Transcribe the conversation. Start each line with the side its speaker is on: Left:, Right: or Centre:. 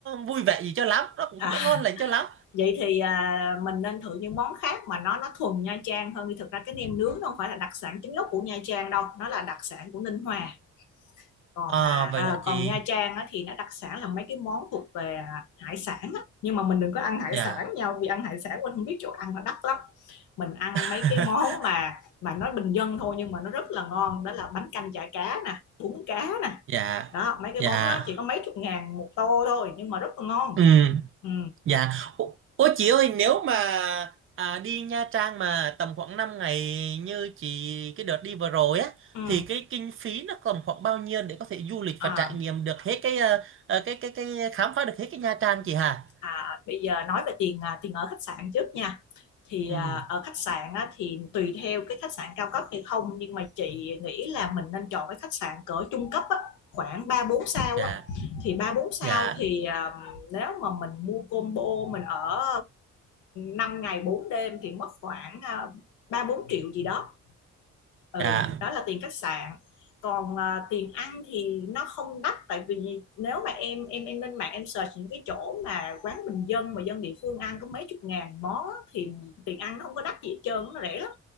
Right: vui vẻ gì cho lắm nó cũng
Left: À,
Right: không có ngon lành cho lắm
Left: vậy thì à, mình nên thử những món khác mà nó nó thuần Nha Trang hơn đi. Thực ra cái nem nướng nó không phải là đặc sản chính gốc của Nha Trang đâu, nó là đặc sản của Ninh Hòa. còn
Right: à
Left: à,
Right: vậy
Left: à
Right: hả chị
Left: còn Nha Trang á, thì nó đặc sản là mấy cái món thuộc về à, hải sản á. nhưng mà mình đừng có ăn hải
Right: dạ
Left: sản nhau vì ăn hải sản mình không biết chỗ ăn là đắt lắm mình ăn
Right: <laughs>
Left: mấy cái món mà mà nó bình dân thôi nhưng mà nó rất là ngon đó là bánh canh chả cá nè bún cá nè
Right: dạ
Left: đó mấy cái
Right: dạ
Left: món đó chỉ có mấy chục ngàn một tô thôi nhưng mà rất là ngon
Right: ừ
Left: ừ,
Right: Dạ, ô, ô chị ơi nếu mà à, đi Nha Trang mà tầm khoảng 5 ngày như chị cái đợt đi vừa rồi á
Left: ừ.
Right: thì cái kinh phí nó tầm khoảng bao nhiêu để có thể du lịch
Left: À,
Right: và trải nghiệm được hết cái ờ, ờ, cái cái cái khám phá được hết cái Nha Trang chị hà?
Left: à, bây giờ nói về tiền à, tiền ở khách sạn trước nha Thì,
Right: Ừ.
Left: à, ở khách sạn á, thì tùy theo cái khách sạn cao cấp hay không, nhưng mà chị nghĩ là mình nên chọn cái khách sạn cỡ trung cấp á, khoảng ba bốn sao
Right: Dạ,
Left: á. Thì ba bốn sao
Right: dạ,
Left: thì, à, nếu mà mình mua combo mình ở, 5 ngày 4 đêm thì mất khoảng, à, 3-4 triệu gì đó ừ
Right: dạ,
Left: đó là tiền khách sạn còn à, tiền ăn thì nó không đắt tại vì nếu mà em em em lên mạng em search những cái chỗ mà quán bình dân mà dân địa phương ăn có mấy chục ngàn món á, thì tiền ăn nó không có đắt gì hết trơn nó rẻ lắm